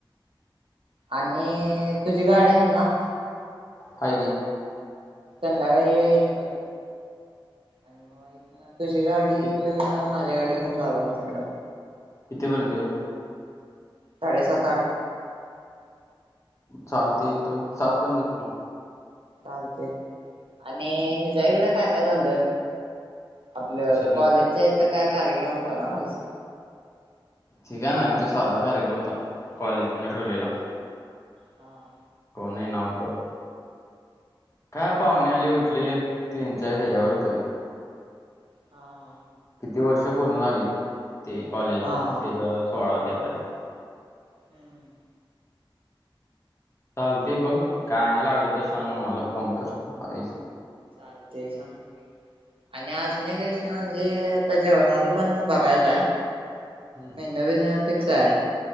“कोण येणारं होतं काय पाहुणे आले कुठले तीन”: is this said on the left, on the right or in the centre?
Left